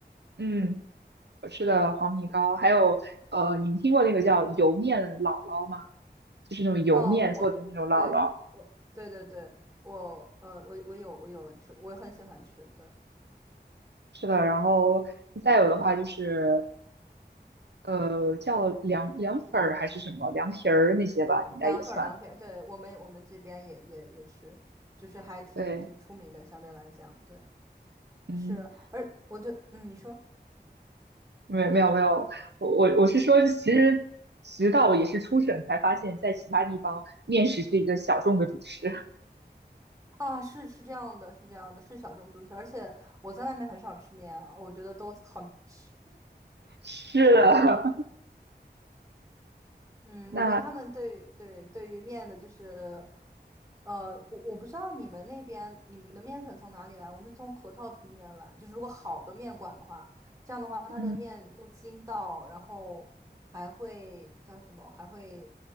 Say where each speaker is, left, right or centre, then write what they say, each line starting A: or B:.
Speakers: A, on the right; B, on the right.
A: 嗯。
B: 对，
A: 我吃的黄米糕，还有呃，你们听过那个叫油面姥姥吗？就是那种油面做的那种姥姥，
B: 哦，我我们对我对对对，我呃我我有我有吃，我很喜欢吃。对，
A: 是的。然后再有的话就是呃，叫凉凉粉儿还是什么凉皮儿那些吧，应该也算。
B: 凉粉儿凉皮儿，对我们我们这边也也也吃，就是还挺挺出名的，
A: 对，
B: 相对来讲，对，
A: 嗯，
B: 是，而我就嗯，你说。
A: 没有没有没有，我我我是说，其实直到我也是出省才发现，在其他地方面食是一个小众的主食。
B: 啊，是是这样的，是这样的，是小众猪蹄，而且我在外面很少吃面，我觉得都好难吃。
A: <laughs> 是的，
B: 对，嗯，
A: <laughs>
B: 我觉得他们对对对于面的，
A: 那
B: 就是，呃，我我不知道你们那边你们的面粉从哪里来，我们是从河套平原来，就是如果好的面馆的话，这样的话它的面又筋道，
A: 嗯。
B: 然后还会叫什么，还会